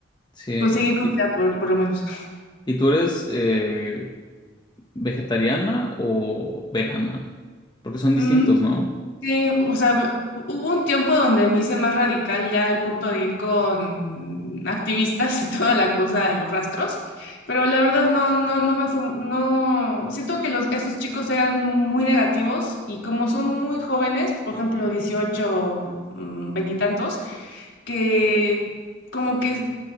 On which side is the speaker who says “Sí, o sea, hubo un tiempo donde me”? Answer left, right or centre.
Left